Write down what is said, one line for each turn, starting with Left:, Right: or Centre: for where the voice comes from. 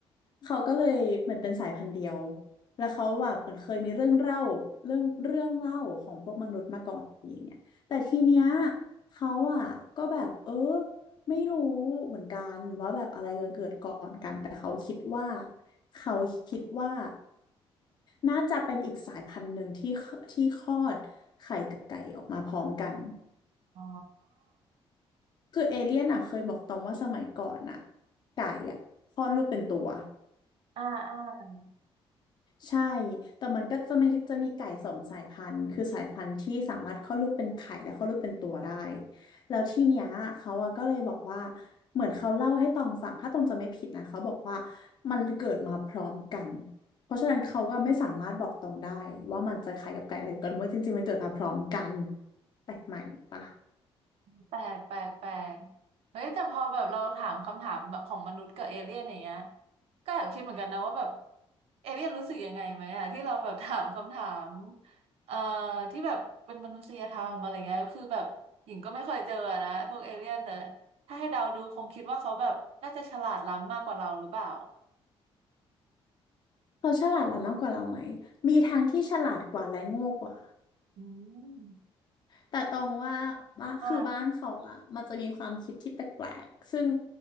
Left: เขาก็เลยเหมือนเป็นสายพันธุ์เดียวแล้วเขาแบบเหมือนเคยมีเรื่องเล่าเรื่องเรื่องเล่าของพวกมนุษย์มาก่อนอะไรอย่างเงี้ยแต่ทีเนี้ยเขาอ่ะก็แบบเออไม่รู้เหมือนกันว่าแบบอะไรจะเกิดก่อนกันแต่เขาคิดว่าเขาคิดว่าน่าจะเป็นอีกสายพันธุ์หนึ่งที่ที่คลอดไข่กับไก่ออกมาพร้อมกัน
Right: อ๋อ
Left: คือเอเลี่ยนอ่ะเคยบอกตอมว่าสมัยก่อนอ่ะไก่อ่ะคลอดลูกเป็นตัว
Right: อ่าอ่า
Left: ใช่ แต่มันก็จะมีจะมีไก่สองสายพันธุ์คือสายพันธุ์ที่สามารถคลอดลูกเป็นไข่และคลอดลูกเป็นตัวได้แล้วที่เนี้ยเขาอะก็เลยบอกว่า เหมือนเขาเล่าให้ตองฟังถ้าตองจะไม่ผิดนะเขาบอกว่ามันเกิดมาพร้อมกัน เพราะฉะนั้นเขาก็ไม่สามารถบอกตองได้ว่ามันจะไข่กับไก่อะไรกันว่าจริงๆมันเกิดมาพร้อมกันแปลกใหม่ปะ
Right: แปลก แปลก แปลกเฮ้ยแต่พอแบบเราถามคำถามแบบของมนุษย์กับเอเลี่ยนอย่างเงี้ยก็แอบคิดเหมือนกันนะว่าแบบเอเลี่ยนรู้สึกยังไงไหมอะที่เราแบบถามคำถามเอ่อที่แบบเป็นมนุษยธรรมอะไรเงี้ย คือแบบหญิงก็ไม่เคยเจอนะพวกเอเลี่ยนแต่ถ้าให้เดาดูคงคิดว่าเขาแบบน่าจะฉลาดล้ำมากกว่าเราหรือเปล่า
Left: เขาฉลาดละมากกว่าเราไหมมีทั้งที่ฉลาดกว่าและโง่กว่า
Right: อืม
Left: แต่ตรงว่าบ้านคือบ้านเขาอะ
Right: มาก
Left: มันจะมีความคิดที่แปลกๆซึ่ง